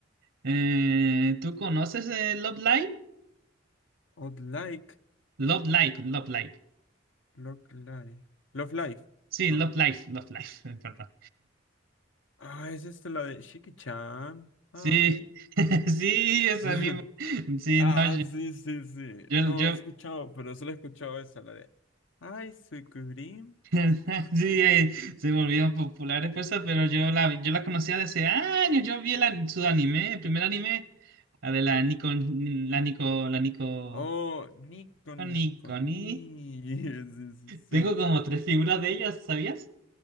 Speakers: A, on the right; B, on the left.
A: Eh, ¿tú conoces eh, Love Live?
B: Would like,
A: Love Live, Love Live.
B: love life, love life.
A: Sí, Love
B: No.
A: Live, Love Live, eh, perdón.
B: Ah, es esto la de Shiki-chan. Ay.
A: Sí, <laughs> sí, esa
B: <laughs>
A: misma. Sí,
B: Ah,
A: no, yo,
B: sí, sí, sí.
A: yo,
B: No
A: yo-
B: he escuchado, pero solo he escuchado esa, la de Ay, soy Kurim.
A: <laughs> Sí, eh, se volvieron populares por eso, pero yo la, yo la conocía desde años. Yo vi el, an- su anime, el primer anime, la de la Nico, la Nico, la Nico,
B: Oh, Nico, Nico,
A: Nico,
B: ni.
A: ni.
B: <laughs> Sí, sí, sí.
A: Tengo como tres figuras de ellas, ¿sabías?